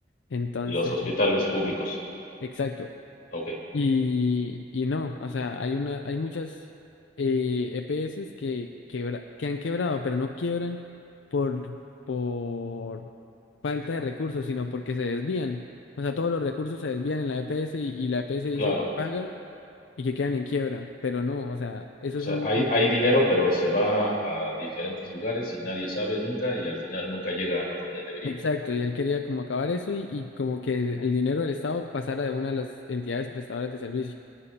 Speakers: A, on the left; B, on the left.
A: Entonces,
B: Los hospitales públicos.
A: exacto.
B: Ok,
A: Y, y no, o sea, hay una, hay muchas eh, EPS que, quebra- que han quebrado, pero no quiebran por, por falta de recursos, sino porque se desvían. O sea, todos los recursos se desvían en la EPS y, y la EPS dice
B: claro.
A: que paga y que quedan en quiebra, pero no, o sea, eso
B: O sea,
A: es un...
B: hay, hay dinero, pero se va a diferentes lugares y nadie sabe nunca y al final nunca llega a donde debería,
A: Exacto,
B: ¿no?
A: y él quería como acabar eso y, y como que el dinero del Estado pasara de una de las entidades prestadoras de servicio.